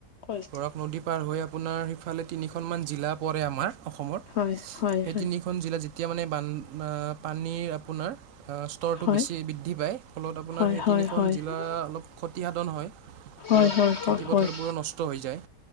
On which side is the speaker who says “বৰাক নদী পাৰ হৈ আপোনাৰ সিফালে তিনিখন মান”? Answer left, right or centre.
Right